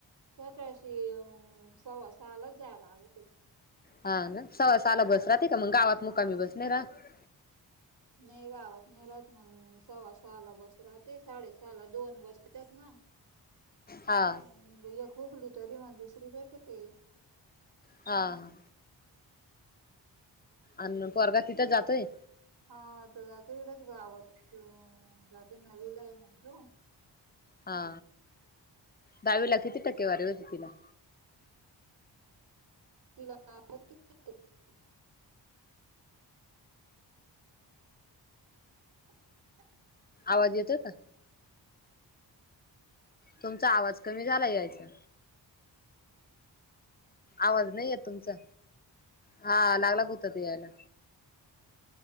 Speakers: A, on the right; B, on the left.
A: सकाळशी सव्वा सात सहालाच जाय लागते ते
B: हा ना सव्वा सहाला
A: हा
B: बस राहते का मग गावात मुक्कामी
A: हा.
B: बस नाही राहत
A: नाही गावात नाही राहत मग सव्वा सहा ला बस राहते साडेसहा ला दोन बस येतात न.
B: हा
A: मंग एक हुकली तरी मग दुसरी भेटते.
B: आ अन पोरगा तिथं जातोय.
A: हा तो जातो इकडचं गावात जातो नवीला आहे ना तो.
B: हा दहावी ला किती टक्के वारीे होती तिला?
A: तिला का <unintelligible> <unintelligible>
B: आवाज येतो का? तुमचा आवाज कमी झालाय यायचा. आवाज नाही येत तुमचा. हा लागला ग होता यायला